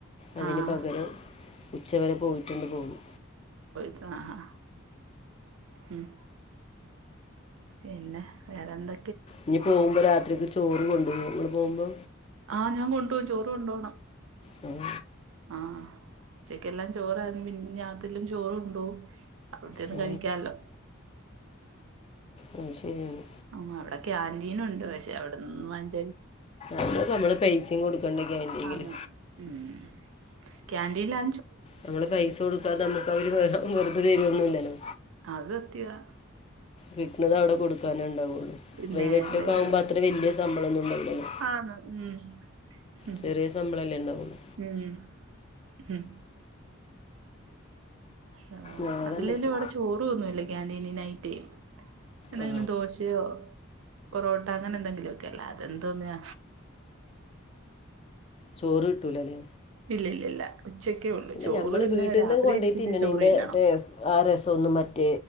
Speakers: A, on the left; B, on the right.
A: അതിന്
B: ആഹ്
A: പകരം ഉച്ചവരെ പോയിട്ട് ഇങ്ങട് പോന്നു.
B: ആ ആ ഉം. പിന്നെ വേറെന്ത.
A: ഇനി പോകുമ്പോ രാത്രിക്ക് ചോറ് കൊണ്ടുപോകുമോ? ങ്ങള് പോകുമ്പോ?
B: ആ ഞാൻ കൊണ്ട് പോകും. ചോറ് കൊണ്ട് പോണം.
A: ഉം
B: ആഹ്. ഉച്ചക്കെല്ലാം ചോറ പിന്ന അതിലും ചോറുണ്ടോകും അവിടന്ന്
A: ആ
B: കഴിക്കാല്ലോ.
A: അത് ശരിയാണ്.
B: ആ അവിടെ ക്യാന്റീനുണ്ട് പക്ഷെ അവിടെന്ന് വാങ്ച്
A: അവടെ നമ്മള് പൈസയും കൊടുക്കണ്ട ക്യാന്റിങ്ങില്.
B: ആന്ന് ഉം ക്യാൻഡിലാ
A: നമ്മള് പൈസ കൊടുക്കാതെ നമ്മുക്ക് അവര് വ വെറുതെ തരുമൊന്നുല്ലല്ലോ.
B: അത് സത്യാ.
A: കിട്ടണത് അവിടെ കൊടുക്കാനേ ഉണ്ടാവുള്ളൂ.
B: പിന്നെ
A: പ്രൈവറ്റിലൊക്കെ
B: അതേ
A: ആകുമ്പോൾ
B: ഉള്ളു
A: അത്ര വലിയ ശമ്പളമൊന്നും ഉണ്ടാവില്ലല്ലോ.
B: ആന്ന് ഉം ഉം
A: ചെറിയ ശമ്പളല്ലേ ഉണ്ടാവൂള്ളൂ.
B: ഉം ഉം. ആ
A: വേറെ
B: അതിലല്ലേലും
A: എന്തൊക്കെ
B: അവിടെ ചോറ് ന്നല്ല ക്യാൻറ്റീനായിട്ടെ. എന്തെങ്കിലും
A: ആ
B: ദോശയോ, പൊറോട്ട അങ്ങനെ എന്തെങ്കിലൊക്കെ അല്ലാതെന്തോന്നാ.
A: ചോറ് കിട്ടൂലല്ലേ?
B: ഇല്ലില്ലില്ല. ഉച്ചക്കേ ഉള്ളു.
A: പിന്നെ
B: ചോറ്
A: നമ്മൾ
B: പിന്നെ
A: വീട്ടിൽ നിന്ന്
B: രാത്രി
A: കൊണ്ടുപോയി
B: എനിക്ക്
A: തിന്നണതിൻ്റെ
B: ഇത്തിരി ചോറ് തിന്നണം.
A: ടേസ് ആ രസന്നും മറ്റേ